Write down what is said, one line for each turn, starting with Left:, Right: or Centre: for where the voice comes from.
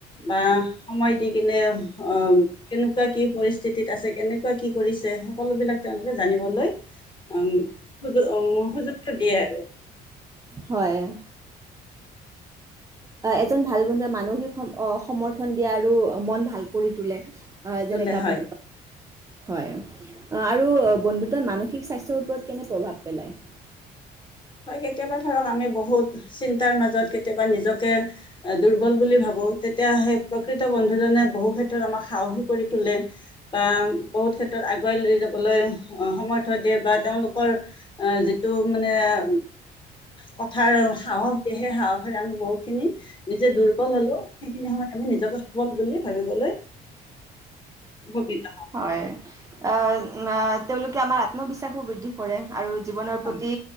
Left: বা সময় দি কিনে, অ', কেনেকুৱা কি', পৰিস্থিতিত আছে, কেনেকুৱা কি', কৰিছে, সকলো বিলাক তেওঁলোকে জানিবলৈ উম', সুযোগটো দিয়ে আৰু।
Right: হয়', এজন ভাল বন্ধুৱে মানসিক সমৰ্থন দিয়ে আৰু মন ভাল কৰি তোলে। হয়', যেনেকৈ
Left: তোলে
Right: আপুনি
Left: হয়
Right: হয়',। আৰু বন্ধুত্ব মানসিক স্বাস্থ্যৰ ওপৰত কেনে প্ৰভাৱ পেলায়?
Left: হয়', কেতিয়াবা ধৰক আমি বহুত চিন্তাৰ মাজত কেতিয়াবা নিজকে দুৰ্বল বুলি ভাবো, তেতিয়া সেই প্ৰকৃত বন্ধুজনে বহু ক্ষেত্ৰত আমাক সাহসী কৰি তোলে বা বহুত ক্ষেত্ৰত আগুৱাই লৈ যাবলৈ সমৰ্থয় দিয়ে বা তেওঁলোকৰ যিটো মানে কথাৰ সাহস দিয়ে সেই সাহসেৰে আমি বহুত খিনি নিজে দুৰ্বল হ'লো সেইখিনি সময়ত আমি নিজকে সবল বুলি ভাবিবলৈ উপকৃত।
Right: হয়', আ', তেওঁলোকে আমাৰ আত্মবিশ্বাসো বৃদ্ধি কৰে। আৰু জীৱনৰ
Left: হম
Right: প্ৰতি,